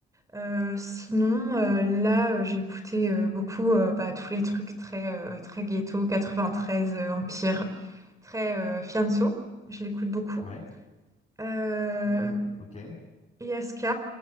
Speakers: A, on the right (about 15°); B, on the left (about 25°).
A: Euh, sinon, euh, là, euh, j'ai écouté euh, beaucoup euh, bah, tous les trucs très, euh, très ghetto, 93, euh, Empire, très euh, Fianso. Je l'écoute beaucoup.
B: Ouais.
A: Euh,
B: Ah ouais, ouais, ok.
A: ISK,